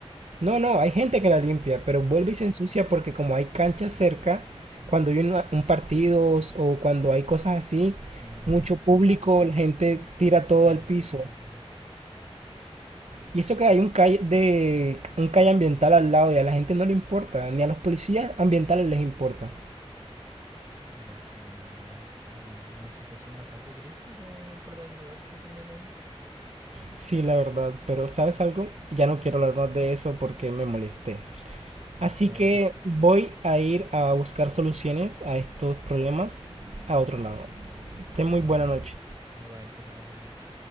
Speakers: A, on the right; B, on the right.
A: No, no, hay gente que la limpia, pero
B: Ah,
A: vuelve y se ensucia porque como hay canchas cerca, cuando hay una- un, partido o cuando hay cosas así,
B: ah,
A: mucho público,
B: claro.
A: la gente tira todo
B: Se despreocupa.
A: al piso. Y eso que hay un calle de un calle ambiental al lado y a la gente no le importa, ni a los policías ambientales les importa.
B: Qué lástima, en verdad. Y una situación bastante triste como para el lugar que tienen ahí.
A: Sí, la verdad, pero ¿sabes algo? Ya no quiero hablar más de eso porque me molesté. Así
B: Está
A: que
B: bien,
A: voy a ir a buscar soluciones a estos problemas a otro lado. Ten muy
B: vale.
A: buena noche.
B: Igual que tengas buena noche.